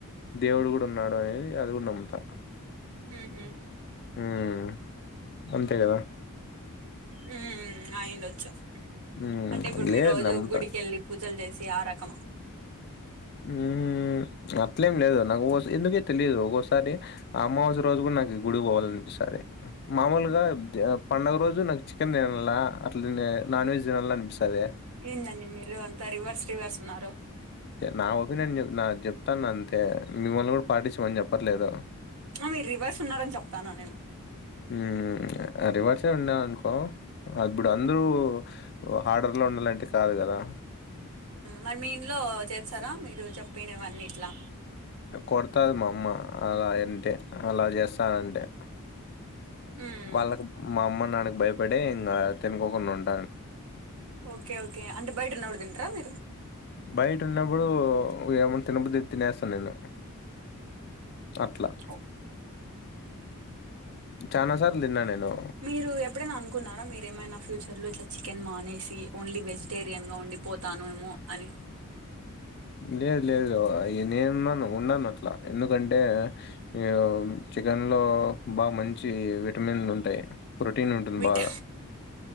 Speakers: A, on the left; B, on the right.
A: దేవుడు కూడా ఉన్నాడు అనేది అది కూడా నమ్ముతా
B: ఉహు
A: ఉం అంతే కదా
B: ఉం ఆయిండొచ్చు
A: ఉమ్
B: అంటే ఇప్పుడు మీ
A: లే
B: రోజు
A: నమ్ముతా
B: గుడికేళ్ళి పూజలు చేసి ఆ రకమ
A: ఉం అట్లేం లేదు నాకు ఎందుకే తెలియదు ఒక్కోసారి అమావాస్య రోజు కూడా నాకు గుడి పోవాలనిపిస్తది మామూలుగా పండుగ రోజు నాకు చికెన్ తినాల అట్లా నాన్ వెజ్ తినాల అనిపిస్తది
B: ఏంది అండి మీరు అంత రివర్స్ రివర్స్ ఉన్నారు
A: నా ఒపీనియన్ నా చెప్తాను అంతే మిమ్మల్ని కూడా పాటిచమని చెప్పట్లేదు
B: మీరు రివర్స్ ఉన్నారని చెప్తాన నేను
A: ఉమ్ రివర్స్ సే ఉన్నాను అనుకో అదిప్పుడు అందరూ హడర్ లో ఉండాలంటే కాదు కదా
B: మరి మీ ఇంట్లో చేస్తారా మీరు చెప్పినవన్ని ఇట్లా
A: కొడతది మా అమ్మ అలా అంటే అలా చేస్తానంటే
B: మ్మ్
A: వాళ్ళకి మా అమ్మ నాన్నకి భయపడే ఇంకా తినుకోకుండా ఉం
B: ఓకే ఓకే అంటే బయట ఉన్నప్పుడు తిం టరా మీరు
A: బయట ఉన్నప్పుడు ఏమన్నా తినబుద్ అయితే తినేస్తాను నేను అట్లా
B: ఓ
A: చనా సార్లు తిన్న నేను
B: మీరు ఎప్పుడైనా అనుకున్నారా మీరేమైనా ఫ్యూచర్ లో ఇట్లా చికెన్ మానేసి ఓన్లీ వెజటేరియన్గా ఉండి పోతాను ఏమో అని
A: లేదు లేదు నేనున్నాను ఉన్నాను అట్లా ఎందుకంటే ఈ చికెన్ లో బాగా మంచి విటమిన్లు ఉంటాయి ప్రోటీన్ ఉంటుంది
B: విట్
A: బాగా